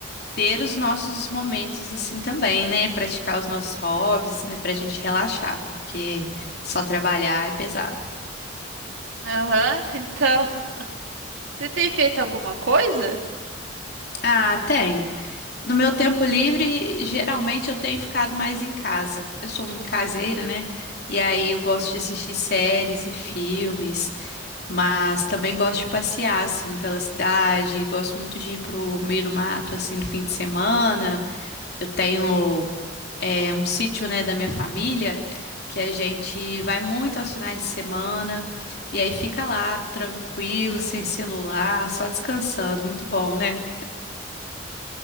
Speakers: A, on the left; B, on the right.
A: ter os nossos momentos assim também, né? Praticar os nossos hobbies, né? Pra gente relaxar, porque só trabalhar é pesado.
B: Aham, então, você tem feito alguma coisa?
A: Ah, tenho. No meu tempo livre, geralmente eu tenho ficado mais em casa. Eu sou muito caseira, né? E aí eu gosto de assistir séries e filmes, mas também gosto de passear, assim, pela cidade. Gosto muito de ir pro meio do mato, assim, no fim de semana. Eu tenho, é, um sítio, né, da minha família, que a gente vai muito aos finais de semana. E aí fica lá, tranquilo, sem celular, só descansando. Muito bom, né?